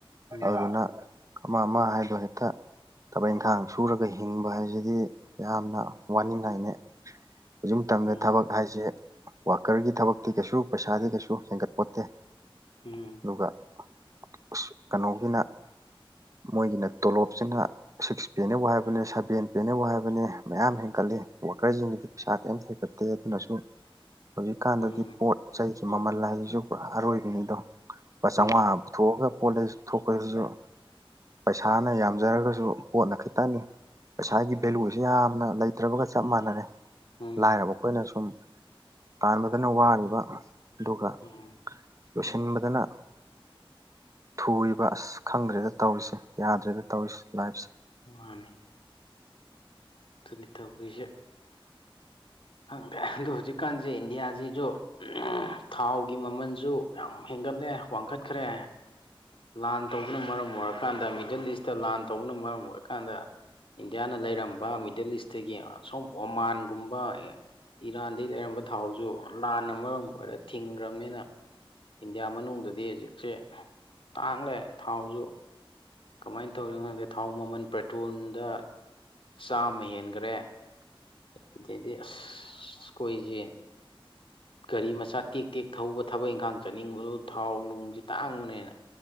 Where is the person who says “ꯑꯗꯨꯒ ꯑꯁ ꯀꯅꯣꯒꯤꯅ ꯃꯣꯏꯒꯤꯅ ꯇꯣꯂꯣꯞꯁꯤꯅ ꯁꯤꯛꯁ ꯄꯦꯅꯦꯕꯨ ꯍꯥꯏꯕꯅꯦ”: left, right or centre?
Right